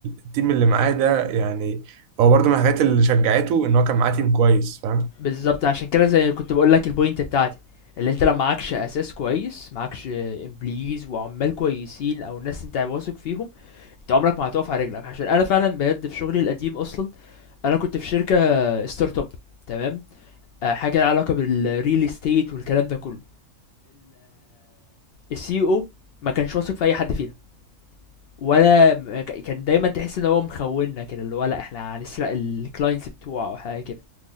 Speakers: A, on the right (about 70°); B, on the left (about 80°).
A: التيم اللي معايا ده يعني هو برضو من الحاجات اللي شجعته ان هو كان معاه تيم كويس فاهم
B: بالظبط عشان كده زي كنت بقول لك البوينت بتاعتي اللي انت لو معكش اساس كويس معكش امبليز وعمال كويسين او ناس انت واثق فيهم انت عمرك ما هتقف على رجلك عشان انا فعلا بجد في شغلي القديم اصلا انا كنت في شركه ستارت اب تمام آه، حاجه لها علاقه بالريل استيت والكلام ده كله السي او ما كانش واثق في اي حد فينا ولا م- كان دايما تحس ان هو مخوننا كده اللي هو لا احنا هنسرق الكلاينتس بتوعه او حاجه كده